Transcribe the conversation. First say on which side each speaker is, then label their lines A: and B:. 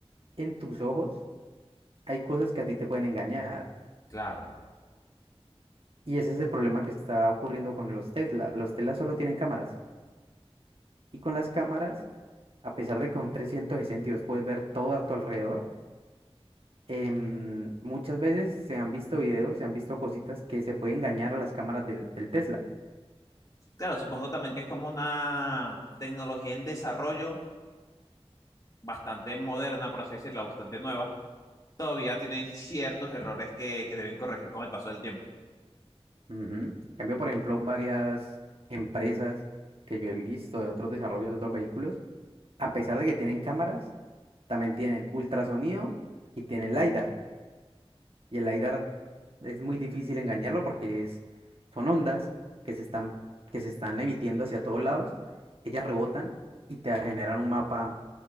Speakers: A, on the right (about 60°); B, on the left (about 35°).
A: en tus ojos, hay cosas que a ti te pueden engañar.
B: Claro.
A: Y ese es el problema que está ocurriendo con los Tesla. Los Tesla solo tienen cámaras. Y con las cámaras, a pesar de que son 360 y vos puedes ver todo a tu alrededor, em, muchas veces se han visto videos, se han visto cositas que se pueden engañar a las cámaras del, del Tesla.
B: Claro, supongo también que es como una tecnología en desarrollo bastante moderna, por así decirlo, bastante nueva. Todavía tiene ciertos errores que, que deben corregir con el paso del tiempo.
A: Ujú. En Cambio, por ejemplo, varias empresas que yo he visto de otros desarrollos de otros vehículos, a pesar de que tienen cámaras, también tienen ultrasonido y tienen LiDAR. Y el LiDAR es muy difícil engañarlo porque es, son ondas que se están, que se están emitiendo hacia todos lados. Ellas rebotan y te generan un mapa,